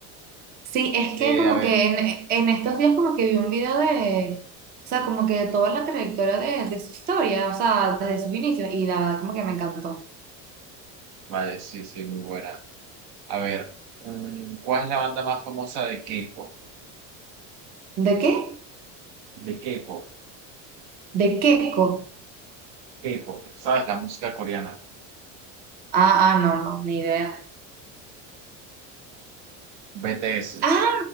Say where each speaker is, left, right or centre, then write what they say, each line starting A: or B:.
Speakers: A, on the right (about 25°); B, on the right (about 70°).
A: Sí, es
B: Eh,
A: que como
B: a ver,
A: que en, en estos días como que vi un video de, o sea, como que de toda la trayectoria de, de su historia, o sea, desde sus inicios, y la, como que me encantó.
B: vale, sí, sí, muy buena. A ver, mm, ¿cuál es la banda más famosa de K-pop?
A: ¿De qué?
B: De K-pop,
A: De Keiko.
B: K-pop, ¿sabes? La música coreana,
A: Ah, ah, no, no, ni idea.
B: BTS.
A: Ah,